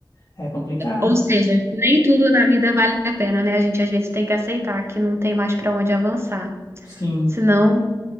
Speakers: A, on the left (about 45°); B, on the right (about 30°).
A: É complicado.
B: Ou seja, nem tudo na vida vale a pena, né? A gente às vezes tem que aceitar que não tem mais pra onde avançar.
A: Sim.
B: Senão,